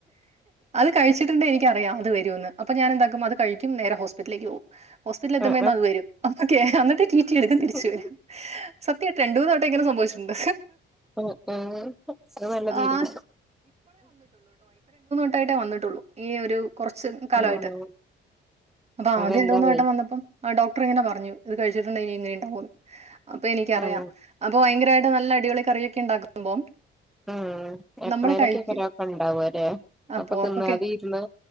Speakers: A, on the right (about 35°); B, in the centre.
A: അത് കഴിച്ചിട്ടുണ്ടെ എനിക്ക അറിയാം അത് വരൂന്ന് അപ്പോ ഞാൻ എന്താക്കും, അത് കഴിക്കും നേരെ ഹോസ്പിറ്റിലേക്ക് പോവും ഹോസ്പിറ്റലിലെത്തുമ്പേന്ന്
B: ആ
A: അത് വെരും ഏഹ് എന്നിട്ട് റ്റി എട്ക്കും
B: ആ
A: തിരിച്ച് വെരും സത്യ രണ്ടു മൂന്ന് വട്ടം ഇങ്ങനെ സംഭവി ച്ചിണ്ട്
B: ഉം ഉം അത് നല്ല തീരുമാനം
A: ആഹ് ട്ടായിട്ടേ വന്നിട്ടുള്ളൂ ഈ ഒരു കൊറച്ച് കാലവായിട്ട്
B: ആഹ്
A: അപ്പൊ
B: അതെന്താവേ
A: ആദ്യം രണ്ട് മൂന്ന് വട്ടം വന്നപ്പം ആ ഡോക്ടർ ഇങ്ങനെ പറഞ്ഞു ഇത് കഴിച്ചിട്ടുണ്ടെങ്കി ഇങ്ങനെ ഉണ്ടാവൂന്ന് അപ്പൊ എനിക്കറിയാം
B: ഉം
A: അപ്പൊ ഭയങ്ക നല്ല അടിപൊളി കറിയൊക്കെ ഉണ്ടാക്കുമ്പം
B: ഉം എപ്പളേലൊക്കെക്കാരം
A: നമ്മള് കഴിക്കും
B: അതൊക്കെ ഇണ്ടാവല്ലേ
A: ആ
B: അപ്പൊ
A: പോർക്കൊക്കെ
B: തിന്നാതെ ഇരുന്ന്